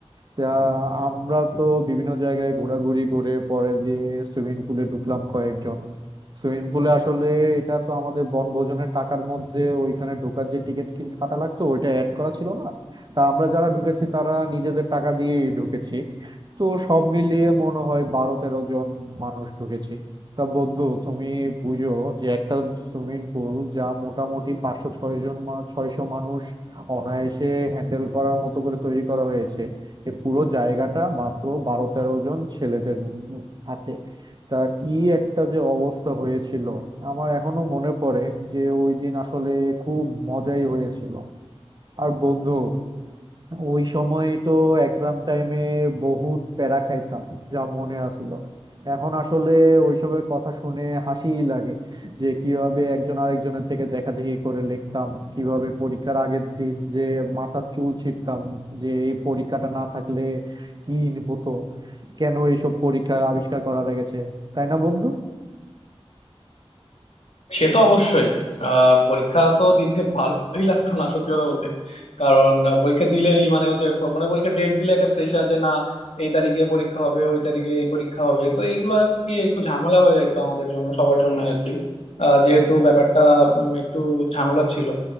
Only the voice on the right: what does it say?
তা আমরা তো বিভিন্ন জায়গায় ঘোরাঘুরি করে পরে দিয়ে সুইমিং পুলে ঢুকলাম কয়েকজন সুইমিং পুলে আসলে এটা তো আমাদের বনভোজনের টাকার মধ্যে ওইখানে ঢোকার যে টিকিট কাটা লাগতো ওইটা অ্যাড করা ছিল না তা আমরা যারা ঢুকেছি তারা নিজেদের টাকা দিয়ে ঢুকেছি তো সব মিলিয়ে মনে হয় বারো তেরো জন মানুষ ঢুকেছি তা বন্ধু তুমি বুঝো যে একটা সুইমিং পুল যা মোটামুটি পাঁচশো ছয় জন মা- ছয়শো মানুষ অনায়াসে হ্যান্ডেল করার মতো করে তৈরি করা হয়েছে এ পুরো জায়গাটা মাত্র বারো তেরো জন ছেলেদের হাতে তা কি একটা যে অবস্থা হয়েছিল আমার এখনো মনে পড়ে যে ওই দিন আসলে খুব মজাই হয়েছিল আর বন্ধু ওই সময় তো এক্সাম টাইমে বহুত প্যারা খাইতাম যা মনে আছিল এখন আসলে ওইসবের কথা শুনে হাসিই লাগে যে কিভাবে একজন আরেকজনের থেকে দেখাদেখি করে লিখতাম কিভাবে পরীক্ষার আগের দিন যে মাথার চুল ছিঁড়তাম যে এই পরীক্ষাটা না থাকলে কি হতো কেন এইসব পরীক্ষার আবিষ্কার করা লেগেছে তাই না বন্ধু